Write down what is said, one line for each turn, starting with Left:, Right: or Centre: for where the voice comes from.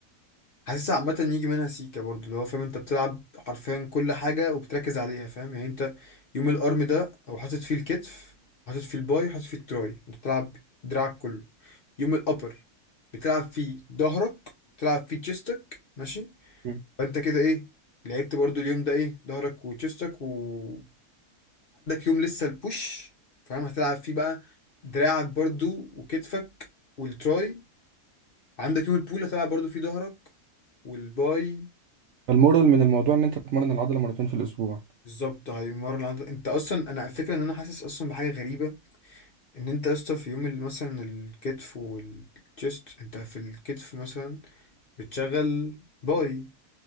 Left: حاسس عامة يجي منها سيكا برضو اللي هو فاهم انت بتلعب حرفيا كل حاجة وبتركز عليها فاهم يعني انت يوم الارم ده او حاطط فيه الكتف حاطط فيه الباي حاطط فيه التراي انت بتلعب دراعك كله يوم الابر بتلعب فيه ظهرك بتلعب فيه تشيستك ماشي
Right: مم.
Left: فانت كده ايه لعبت برضو اليوم ده ايه ظهرك وتشيستك وعندك يوم لسه البوش فاهم هتلعب فيه بقى دراعك برضو وكتفك والتراي عندك يوم البول هتلعب برضو فيه ظهرك والباي
Right: فالمورال من الموضوع ان انت تتمرن العضله مرتين في الاسبوع
Left: بالظبط هيمرن عضل انت اصلا انا الفكره ان انا حاسس اصلا بحاجه غريبه ان انت يا اسطى في يوم اللي مثلا الكتف والتشيست انت في الكتف مثلا بتشغل باي